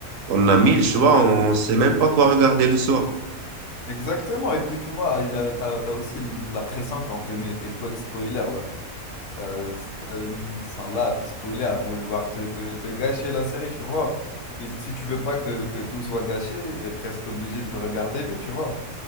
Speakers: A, on the right; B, on the left.
A: on a mille choix, on sait même pas quoi regarder le soir.
B: exactement. Et puis, tu vois, il y a, t'as, t'as aussi la pression quand t'es, mes- tes potes spoilers, là. Euh, c'est-à-dire, ils sont là à te spoiler, à vouloir te, te, te gâcher la série, tu vois. Et si tu veux pas que, que tout soit gâché, t'es presque obligé de regarder vite, tu vois.